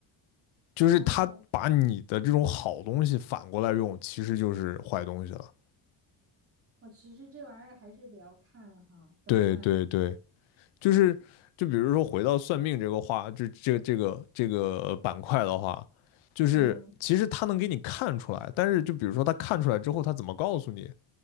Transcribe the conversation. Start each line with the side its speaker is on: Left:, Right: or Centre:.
Left: 就是他把你的这种好东西反过来用，
Right: 哦，
Left: 其实就是坏东西了。
Right: 我其实这玩意儿还是得要看哈，要看。
Left: 对对对，就是就比如说回到算命这个话，这这这个这个板块的话，就是其实他能给你看出来，
Right: 嗯。
Left: 但是就比如说他看出来之后，他怎么告诉你，